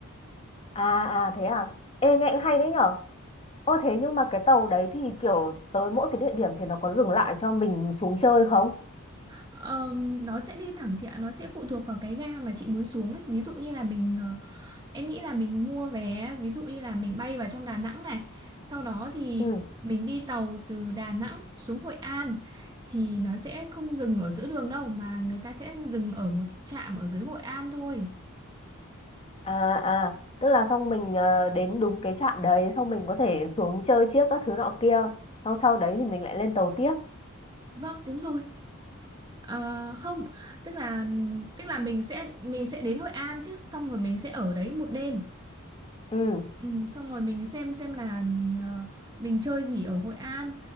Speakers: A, on the left; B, on the right.
A: À à thế à. Ê nghe cũng hay đấy nhở. Ô thế nhưng mà cái tàu đấy thì kiểu tới mỗi cái địa điểm thì nó có dừng lại cho mình xuống chơi không?
B: Ờm, nó sẽ đi thẳng chị ạ, nó sẽ phụ thuộc vào cái ga mà chị muốn xuống ấy. Ví dụ như là mình ờ, Em nghĩ là mình mua vé, ví dụ như là mình bay vào trong Đà Nẵng này, sau đó thì
A: Ừ.
B: mình đi tàu từ Đà Nẵng xuống Hội An thì nó sẽ không dừng ở giữa đường đâu mà người ta sẽ dừng ở một trạm ở dưới Hội An thôi.
A: À à, tức là xong mình ờ, đến đúng cái trạm đấy xong mình có thể xuống chơi chiếc các thứ nọ kia. Xong sau đấy thì mình lại lên tàu tiếp.
B: Vâng, đúng rồi. Ờ, không, tức là tức là mình sẽ mình sẽ đến Hội An chứ, xong rồi mình sẽ ở đấy một đêm.
A: Ừ.
B: Ừ, xong rồi mình xem xem là ờ, mình chơi gì ở Hội An